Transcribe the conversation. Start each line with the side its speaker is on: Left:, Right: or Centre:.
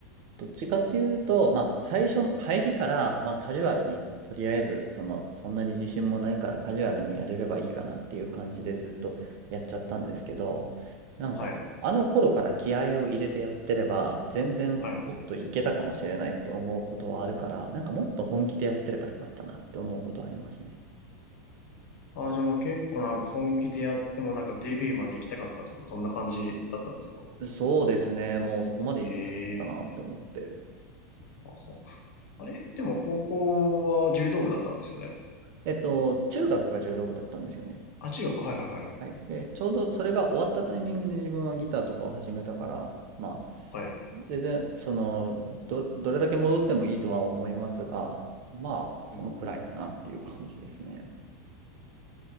Right: どっちかっていうと、まあ、最初の入りから、まあ、カジュアルに、とりあえず、その、そんなに自信もないからカジュアルにやれればいいかなっていう感じでずっとやっちゃったんですけど、なんか、
Left: はい、
Right: あの頃から気合を入れてやってれば、全然もっといけたかもしれないって思うことはあるから、
Left: はい。
Right: なんかもっと本気でやってればよかったなって思うことはありますね。
Left: ああ、じゃあもう結構なんか本気でやってもなんかデビューまで行きたかったとか、そんな感じだったんですか
Right: そうですね。もうそこまで行きたかったなって思って。
Left: ええあほあれでも高校は柔道部だったんですよね。
Right: えっと、中学が柔道部だったんですよね。
Left: あ、中学、はいはいはい。
Right: はい。で、ちょうどそれが終わったタイミングで自分はギターとかを始めたから、まあ、
Left: はい。
Right: 全然、その、ど、どれだけ戻ってもいいとは思いますが、まあ、そのくらいかなっていう感じですね。
Left: うんうんうんうん